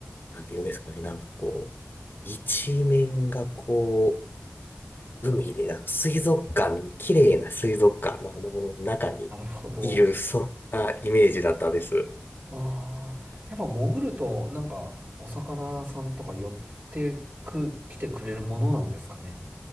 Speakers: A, on the left; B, on the right.
A: なんて言うんですかね、なんかこう、一面がこう、海で、あの水族館、綺麗な水族館のあの中にいる、
B: なるほど。
A: そんなイメージだったです。
B: ああ、やっぱ潜ると、なんか、お魚さんとか寄ってく、来てくれるものなんですかね。